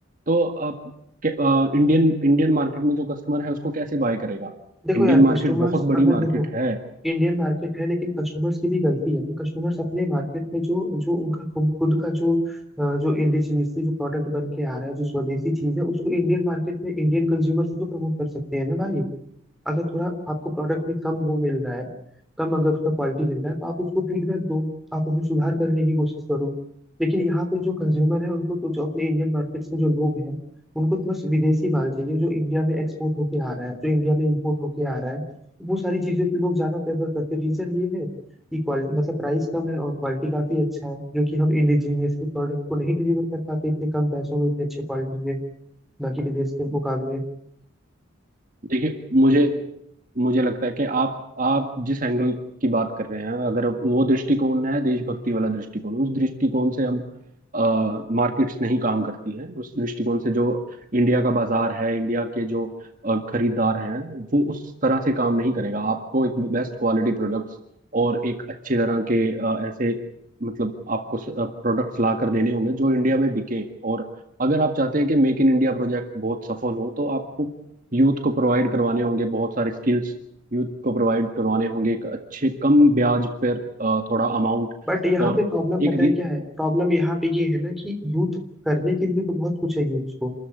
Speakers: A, on the right; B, in the centre.
A: तो आप इंडियन इंडियन मार्केट में जो कस्टमर है उसको कैसे बाय करेगा
B: देखो
A: इंडियन
B: यार
A: मार्केट
B: कस्टमर्स
A: बहुत बड़ी
B: अगर
A: मार्केट
B: देखो
A: है
B: इंडियन मार्केट है लेकिन कस्टमर्स की भी गलती है ना कस्टमर्स अपने मार्केट में जो जो उनका खु- खुद का जो अ, जो इंडिजिनियसली जो प्रोडक्ट बन के आ रहा है जो स्वदेशी चीज है उसको इंडियन मार्केट में इंडियन कंज्यूमर से जो प्रमोट कर सकते हैं ना भाई अगर थोड़ा आपको प्रोडक्ट में कम वो मिल रहा है कम अगर उसका क्वालिटी मिल रहा है तो आप उसको फीडबैक दो आप उसमें सुधार करने की कोशिश करो लेकिन यहाँ पे जो कंज्यूमर है उनको तो जो अपने इंडियन मार्केट्स में जो लोग हैं उनको तो बस विदेशी माल चाहिए जो इंडिया में एक्सपोर्ट होके आ रहा है जो इंडिया में इम्पोर्ट होके आ रहा है वो सारी चीजें लोग ज्यादा प्रेफर करते हैं रीजन ये है कि क्वालिटी मतलब प्राइस कम है और क्वालिटी काफी अच्छा है जो कि हम इंडिजीनियस के प्रोडक्ट को नहीं डिलीवर कर पाते इतने कम पैसों में इतने अच्छे क्वालिटी में बाकी विदेश के मुकाबले
A: देखिए मुझे मुझे लगता है कि आप आप जिस एंगल की बात कर रहे हैं अगर वो दृष्टिकोण है देशभक्ति वाला दृष्टिकोण उस दृष्टिकोण से हम मार्केट्स नहीं काम करती हैं उस दृष्टिकोण से जो इंडिया का बाजार है इंडिया के जो अ, खरीदार हैं वो उस तरह से काम नहीं करेगा आपको एक बेस्ट क्वालिटी प्रोडक्ट्स और एक अच्छे तरह के अ, ऐसे मतलब आपको प्रोडक्ट्स ला कर देने होंगे जो इंडिया में बिके और अगर आप चाहते हैं कि मेक इन इंडिया प्रोजेक्ट बहुत सफल हो तो आपको यूथ को प्रोवाइड करवाने होंगे बहुत सारे स्किल्स यूथ को प्रोवाइड करवाने होंगे एक अच्छे कम ब्याज पर अ, थोड़ा अमाउंट
B: बट यहाँ
A: और
B: पे प्रॉब्लम
A: एक
B: पता
A: रि-
B: है क्या है प्रॉब्लम यहाँ पे ये है ना कि यूथ करने के लिए तो बहुत कुछ है यूथ को